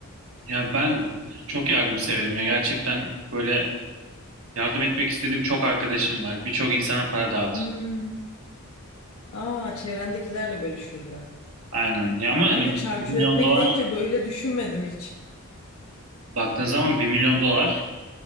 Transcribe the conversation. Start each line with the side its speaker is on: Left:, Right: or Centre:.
Right: Ya ben çok yardım severim ya. Gerçekten böyle yardım etmek istediğim çok arkadaşım var. Birçok insana para dağıtırdım.
Left: Hmm. Aa, çevrendekilerle bölüşürdün.
Right: Aynen. Ya ama hani
Left: Ben de çarçur
Right: bir milyon
Left: etmek
Right: dolar
Left: deyince böyle düşünmedim hiç.
Right: baktığın zaman bir milyon dolar